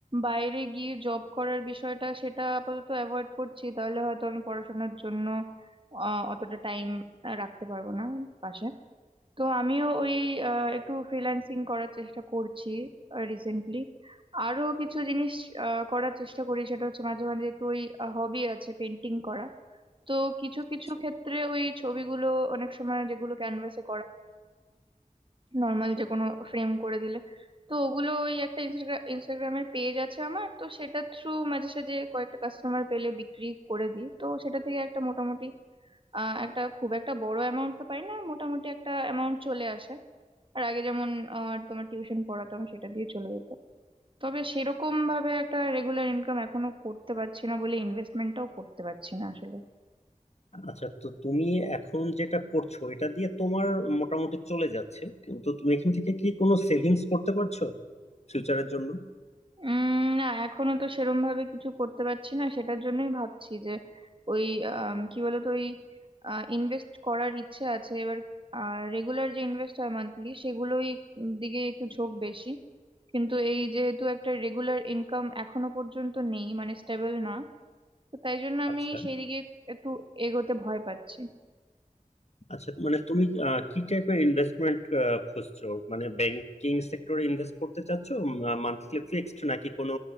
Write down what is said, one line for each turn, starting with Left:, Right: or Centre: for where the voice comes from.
Right: বাইরে গিয়ে জব করার বিষয়টা সেটা আপাতত অ্যাভয়েড করছি তাহলে হয়তো আমি পড়াশোনার জন্য আহ অতটা টাইম রাখতে পারবো না পাশে তো আমিও ওই আহ, একটু ফ্রিল্যান্সিং করার চেষ্টা করছি রিসেন্টলি আরো কিছু জিনিস আহ, করার চেষ্টা করি সেটা হচ্ছে মাঝে মাঝে একটু ওই হবি আছে পেন্টিং করা তো কিছু কিছু
Left: আচ্ছা
Right: ক্ষেত্রে ওই ছবিগুলো অনেক সময় যেগুলো ক্যানভাসে নর্মাল যে কোনো ফ্রেম করে দিলে তো ওগুলো ওই একটা ইনস্টাগ্রামের পেজ আছে আমার তো সেটা থ্রু মাঝে সাঝে কয়েকটা কাস্টমার পেলে বিক্রি করে দিই তো সেটা থেকে একটা মোটামুটি আহ, একটা খুব একটা বড় অ্যামাউন্ট তো পাই না মোটামুটি একটা অ্যামাউন্ট চলে আসে আর আগে যেমন আহ, তোমার টিউশন পড়াতাম সেটা দিয়ে চলে যেত তবে সেরকম ভাবে একটা রেগুলার ইনকাম এখনো করতে পারছি না বলে ইনভেস্টমেন্টটাও করতে পারছি না আসলে
Left: আচ্ছা তো তুমি এখন যেটা করছো এটা দিয়ে তোমার মোটামুটি চলে যাচ্ছে কিন্তু তুমি এখান থেকে কি কোনো সেভিংস করতে পারছো ফিউচারের জন্য
Right: উম না এখনো তো সেরম ভাবে কিছু করতে পারছি না সেটার জন্যই ভাবছি যে ওই আম, কি বলতো ওই ইনভেস্ট করার ইচ্ছে আছে এবার রেগুলার যে ইনভেস্ট হয় মান্থলি সেগুলোই উম দিকে একটু ঝোঁক বেশি কিন্তু এই যেহেতু একটা রেগুলার ইনকাম এখনো পর্যন্ত নেই মানে স্টেবল না তো তাই জন্য আমি
Left: আচ্ছা
Right: সেই দিকে একটু এগোতে ভয় পাচ্ছি
Left: আচ্ছা মানে তুমি আহ, কি টাইপের ইনভেস্টমেন্ট খুঁজছো মানে ব্যাংকিং সেক্টরে ইনভেস্ট করতে চাচ্ছো মান্থলি ফিক্সড নাকি কোনো